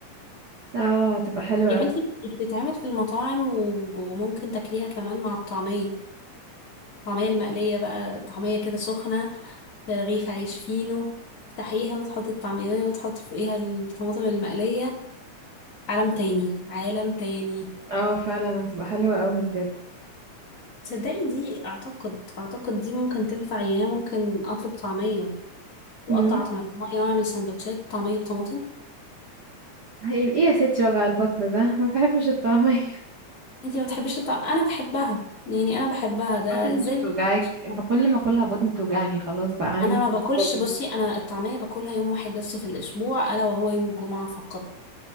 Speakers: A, on the right; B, on the left.
A: اه تبقى حلوة
B: يا بنتي دي بتتعمل في المطاعم و- وممكن تاكليها كمان مع الطعمية الطعمية المقلية بقى طعمية كده سخنة في رغيف عيش فينو تفتحيها وتحطي الطعمية وتحطي فوقيها الطماطم المقلية عالم تاني عالم تاني
A: اه فعلا هتبقى حلوة اوي بجد
B: تصدقي دي اعتقد اعتقد دي ممكن تنفع يعني أنا ممكن اطلب طعمية واقطع
A: امم
B: طماطمية واعمل سندوتشات طعمية بطماطم
A: هي- ايه يا ستي وجع البطن ده انا ما بحبش الطعمية
B: انتي ما بتحبيش الطعم انا بحبها يعني انا بحبها ده
A: بطنك <laughs>
B: ازاي
A: مش بتوجعك
B: ما بتحبيش الطعم
A: كل ما اكلها بطني بتوجعني خلاص بقى عندي
B: انا ما باكلش
A: فوبيا
B: بصي انا الطعميه باكلها يوم واحد بس في الاسبوع الا وهو يوم الجمعه فقط